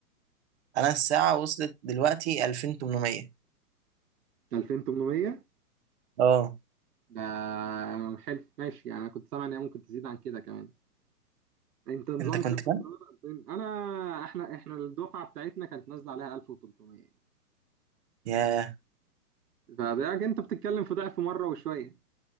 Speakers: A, on the right (about 45°); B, on the right (about 80°).
A: انا الساعه وصلت دلوقتي 2800
B: 2800
A: اه
B: ده حلو ماشي يعني أنا كنت سامع إن هي ممكن تزيد عن كده كمان أنت نظام
A: انت كنت
B: كام
A: كام؟
B: كنت عامل؟ أنا إحنا إحنا الدفعة بتاعتنا كانت نازلة عليها 1300 يعني
A: ياه
B: فده أنت بتتكلم في ضعف مرة وشوية